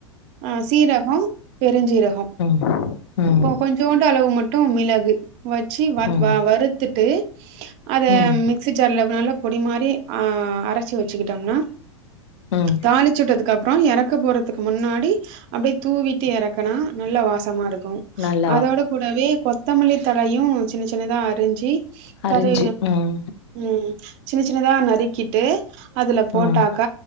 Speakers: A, on the right; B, on the left.
A: ஆ சீரகம் பெருஞ்சீரகம்
B: உம்
A: கொஞ்சோண்டு அளவு மட்டும் மிளகு வச்சி வ
B: ம்
A: வ வறுத்துட்டு அத
B: ம்
A: மிக்சி ஜார்ல நல்லா பொடி மாறி அ அரச்சி வச்சிக்கிட்டோம்னா
B: ம்
A: தாளிச்சுட்டதுக்கு அப்றோம் இறக்க போறதுக்கு முன்னாடி அப்டியே தூவிட்டு இறக்குனா நல்ல வாசமா இருக்கும்
B: நல்
A: அதோட கூடவே கொத்தமல்லி தலையும் சின்ன சின்னதா அரிஞ்சி
B: அரிஞ்சு
A: கரு
B: ம்
A: ம் சின்ன சின்னதா நறுக்கிட்டு அதுல போட்டாக்க
B: ம்